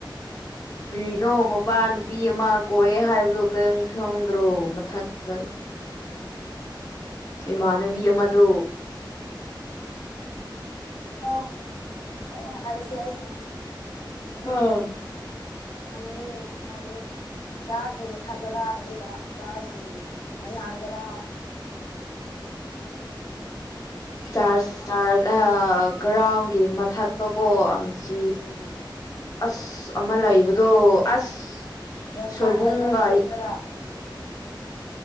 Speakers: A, on the left; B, on the left.
A: ꯀ꯭ꯔꯤꯅꯣ ꯃꯄꯥ ꯅꯨꯄꯤ ꯑꯃ ꯀꯣꯛꯑ ꯍꯥꯏꯕꯗꯨꯣ ꯀꯔꯤ ꯊꯪꯗ꯭ꯔꯣ ꯃꯊꯛ ꯀ
B: <unintelligible>
A: ꯏꯃꯥꯟꯅꯕꯤ ꯑꯃꯗꯣ
B: ꯑꯣ ꯑꯣ ꯑꯣ ꯍꯥꯏꯔ ꯁꯤꯌꯥ ꯑꯩꯈꯡꯗꯚꯩ ꯈꯪꯗ꯭ꯔꯦ ꯑꯗꯨꯁꯨ
A: ꯑꯥ
B: ꯈꯪꯗꯦ ꯑꯗꯨꯝ ꯍꯥꯏꯕꯌꯣ ꯆꯔꯁꯤ ꯃꯊꯕꯔꯥ ꯑꯗꯨꯒ ꯆꯍꯔꯁꯤ ꯃꯟꯅ ꯍꯥꯥꯛꯕꯔꯥ
A: ꯔ ꯆ꯭ꯔꯁ ꯒ꯭ꯔꯥꯎꯟꯒꯤ ꯃꯊꯛ ꯇꯀꯣ ꯁꯤ
B: ꯎꯝ
A: ꯑꯁ ꯑꯃ ꯂꯩꯕꯗꯣ ꯑꯁ
B: ꯌꯣꯡꯆꯥꯛ
A: ꯁꯣꯏꯕꯨꯡꯒꯥꯏ
B: ꯂꯩꯕ ꯌꯨꯝꯗꯔꯥ